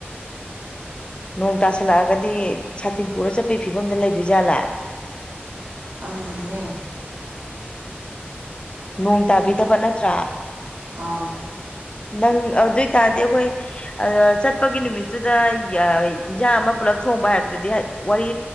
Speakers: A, on the left; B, on the right.
A: ꯅꯣꯡ ꯇꯥꯁꯤꯜꯂꯛꯂꯒꯗꯤ ꯁꯥꯇꯤꯟ ꯄꯨꯔ ꯆꯠꯄꯒꯤ ꯐꯤꯕꯝꯗ ꯂꯩꯗꯣꯏꯖꯥꯠꯂꯥ
B: ꯈꯪꯗꯦꯅꯦ
A: ꯅꯣꯡ
B: ꯑꯗꯨꯁꯨ
A: ꯇꯥꯕꯤꯗꯕ ꯅꯠꯇ꯭ꯔꯥ
B: ꯑꯥꯎ
A: ꯅꯪ ꯑꯗꯨꯏ ꯇꯥꯔꯗꯤ ꯑꯈꯣꯏ ꯆꯠꯄꯒꯤ ꯅꯨꯃꯤꯠꯇꯨꯗ ꯏꯟꯖꯥꯡ ꯑꯃ ꯄꯨꯂꯞ ꯊꯣꯡꯕ ꯍꯥꯏꯕꯗꯨꯗꯤ ꯋꯥꯔꯤ